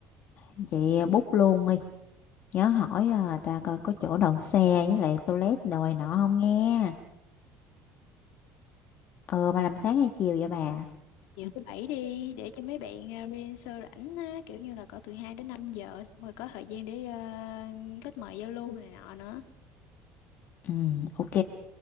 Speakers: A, on the left; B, on the left.
A: vậy bút luôn đi. Nhớ hỏi à, ta coi có chỗ đậu xe với lại toilet đồi nọ không nghe. Ờ mà làm sáng hay chiều vậy bà?
B: Chiều thứ bảy đi để cho mấy bạn uh, freelancer rảnh á, kiểu như là có từ 2 đến 5 giờ xong rồi có thời gian để ờ, kết mời giao lưu này nọ nữa.
A: Ừ, ok.